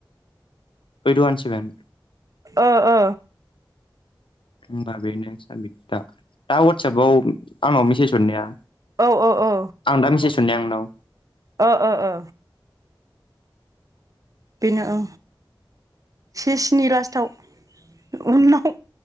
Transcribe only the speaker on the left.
ओइद वान सेभेन
<inaudible> होमबा बेनो साबिथा दा वाटसपाव आंनाव मेसेज हरनाया।
आं दा मिसेस हरनाया नोंनाव